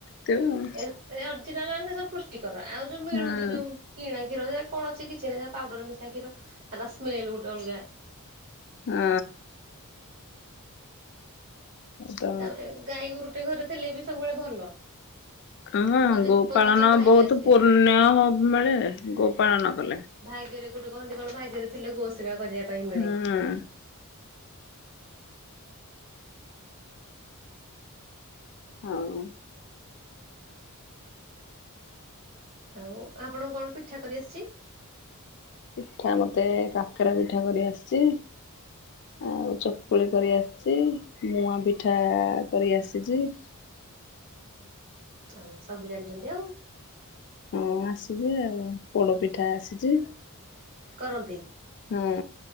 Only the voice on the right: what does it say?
ଏ ଏ ଅରିଜିନାଲ ସେ ସେବୁ ପୃଷ୍ଟିିକର ଆଉ ଯୋଉ ମିଳୁଛି
ଯୋଉ କିଣା କ୍ଷୀରଯେ କଣ ଅଛି କିଛି ନାଁଇ ପାଉଡର ମିଶା କ୍ଷୀର ତାଙ୍କ ସ୍ମେଲ ଗୁଟେ ଅଲଗା
ତାପରେ ଗାଈ ଗୁରୁଟେ ଘରେ ଥିଲେ ବି ସବୁବେଳେ ଭଲ।
ପଜି
ପଜିଟିଭ ଭାଇବ
ଆସେ।
ଭାଗ୍ୟରେ ଗୋଟେ କହନ୍ତି କଣ ଭାଗ୍ୟରେ ଥିଲେ ଗୋ ସେବା କରିବା ପାଇଁ
ମିଳେ।
ଆଉ ଆପଣଙ୍କୁ କଣ ପିଠା କରିଆସିଚି?
ଆଉ ସବୁ ଜାଣିଚନ୍ତି ଆଉ।
କରନ୍ତି